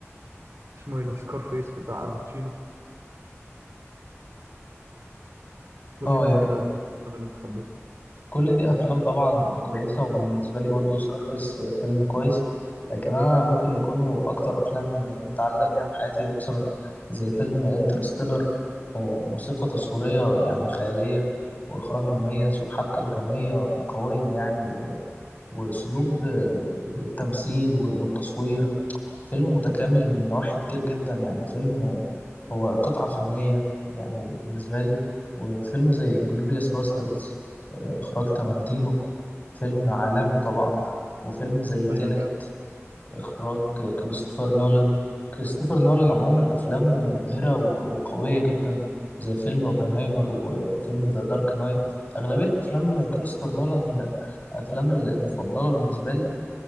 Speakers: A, on the right; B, on the left.
A: اسمه ايه ده سكار فيس بتاع الباتشينو قول
B: أه
A: لي انت
B: يعني
A: كده الفيلم اللي انت حبيته
B: كل دي افلام طبعا كويسه وبالنسبه لي برضو سكارفيس فيلم كويس لكن انا ممكن يكونوا اكتر افلام متعلق بيها في حياتي مثلا زي فيلم انترستيلر موسيقى تصويريه يعني خياليه واخراج مميز وحبكه دراميه قويه يعني و- واسلوب آه، التمثيل والتصوير فيلم متكامل من نواحي كتير جدا يعني فيلم هو قطعة فنية يعني بالنسبة لي وفيلم زي انجلوريوس باستردز إخراج تارانتينو فيلم عالمي طبعا وفيلم زي تينت
A: ايوه جامد
B: إخراج كريستوفر نولان كريستوفر نولان عموما أفلامه مبهرة و- وقوية جدا زي فيلم اوبنهايمر وفيلم ذا دارك نايت أغلبية أفلام كريستوفر نولان هي أفلام المفضلة بالنسبة لي